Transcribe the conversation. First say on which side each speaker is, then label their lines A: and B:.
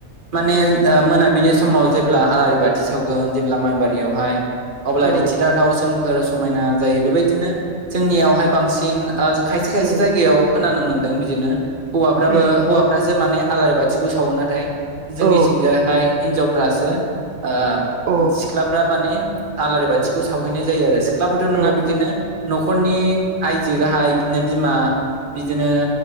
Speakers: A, on the right; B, on the right.
A: माने
B: औ
A: मोना बिलि समाव जेब्ला आलारि बाथि सावगोन जेब्ला माइबारियावहाय अब्ला
B: औ
A: रिथिराथाव सोम फोर समायना जायो बेबायदिनो जोंनियावहाय बांसिन ओ खायसे खायसे
B: औ
A: जायगायाव खोनानो मोन्दों बिदिनो हौवाफ्राबो
B: उम
A: हौवाफ्रासो माने आलारि बाथिखौ सावो नाथाय जोंनिथिंजायहाय
B: औ
A: हिनजावफ्रासो ओ
B: औ
A: सिख्लाफ्रा माने आलारि बाथिखौ सावहैनाय जायो आरो। सिख्लाफोरथ' नङा
B: औ उम
A: बिदिनो न'खरनि आयजो गाहाय बिदिनो बिमा बिदिनो